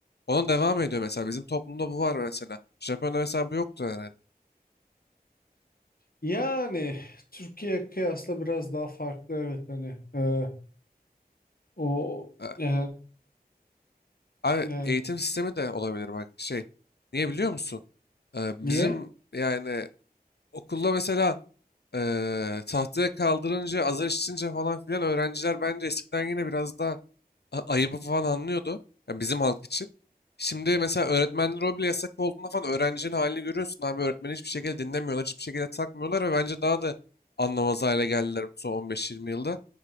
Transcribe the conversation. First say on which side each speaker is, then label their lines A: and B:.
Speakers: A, on the left (about 85°); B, on the left (about 65°).
A: ona devam ediyor mesela. Bizim toplumda bu var mesela. Japonya'da mesela bu yoktu herhalde.
B: yani Türkiye kıyasla biraz daha farklı evet hani e, o
A: A-
B: e,
A: Abi
B: e,
A: eğitim sistemi de olabilir bak şey. Niye biliyor musun? Ee, bizim
B: niye?
A: yani okulda mesela eee tahtaya kaldırınca azar işitince falan filan öğrenciler bence eskiden yine biraz daha a- ayıbı falan anlıyordu. Yani bizim halk için. Şimdi mesela öğretmenler o bile yasak olduğunda falan öğrencinin halini görüyorsun abi. Öğretmeni hiçbir şekilde dinlemiyorlar, hiçbir şekilde takmıyorlar ve bence daha da anlamaz hale geldiler bu son 15-20 yılda.